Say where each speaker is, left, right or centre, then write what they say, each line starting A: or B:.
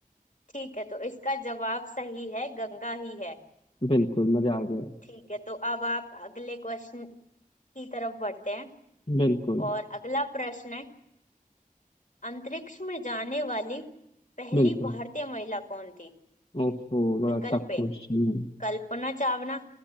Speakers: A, on the left; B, on the left.
A: ठीक है तो इसका जवाब सही है गंगा ही है
B: बिल्कुल मजा आ गया
A: ठीक है तो अब आप अगले क्वेश्चन की तरफ बढ़ते हैं
B: बिल्कुल
A: और अगला प्रश्न है अंतरिक्ष में जाने वाली पहली
B: बिल्कुल
A: भारतीय महिला कौन थी
B: ओफो बड़ा
A: विकल्प
B: टफ
A: ए
B: क्वेश्चन है
A: कल्पना चावला